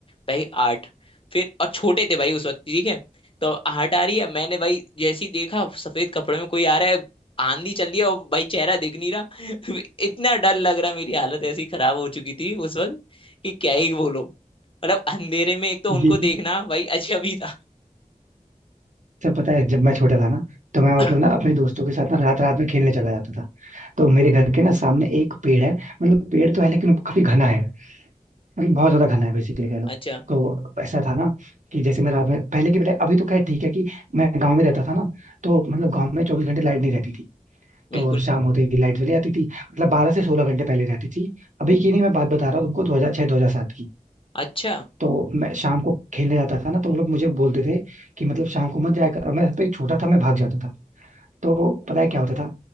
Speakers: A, on the left; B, on the right.
A: भाई आठ फिर और छोटे थे भाई उस वक्त ठीक है तो अब आठ आ रही है मैंने भाई जैसे ही देखा सफेद कपड़े में कोई आ रहा है आंधी चल रही है और भाई चेहरा दिख नहीं रहा <laughs> इतना डर लग रहा मेरी हालत ऐसी खराब हो चुकी थी उस वक्त कि क्या ही बोलो मतलब अंधेरे में एक तो उनको
B: यही
A: देखना भाई अजब ही था
B: सब पता है जब मैं छोटा था ना तो मैं
A: <clears throat>
B: मतलब ना अपने दोस्तों के साथ ना रात रात में खेलने चला जाता था तो मेरे घर के ना सामने एक पेड़ है मतलब पेड़ तो है लेकिन वो काफी घना है मतलब बहुत ज्यादा घना है बेसिकली कह लो
A: <coughs> अच्छा
B: तो ऐसा था ना कि जैसे मैं रात में पहले की बेटा अभी तो खैर ठीक है कि मैं गांव में रहता था ना तो मतलब गांव में चौबीस घंटे लाइट नहीं रहती थी
A: बिल्कुल
B: तो शाम होते ही लाइट चली जाती थी मतलब बारह से सोलह घंटे पहले रहती थी अभी की नहीं मैं बात बता रहा हूँ तुमको दो हजार छह दो हजार सात की।
A: अच्छा
B: तो मैं शाम को खेलने जाता था ना तो वो लोग मुझे बोलते थे कि मतलब शाम को मत जाया कर और मैं सबसे छोटा था मैं भाग जाता था तो पता है क्या होता था